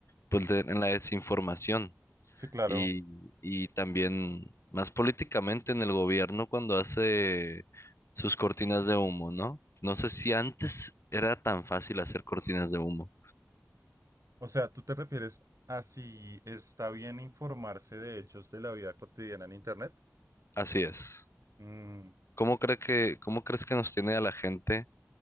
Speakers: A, on the left; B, on the right.
A: pues, de- en la desinformación.
B: Sí, claro.
A: Y, y también más políticamente en el gobierno cuando hace sus cortinas de humo, ¿no? No sé si antes era tan fácil hacer cortinas de humo.
B: O sea, ¿tú te refieres a si está bien informarse de hechos de la vida cotidiana en Internet?
A: Así es.
B: Mm,
A: ¿Cómo cree que, cómo crees que nos tiene a la gente,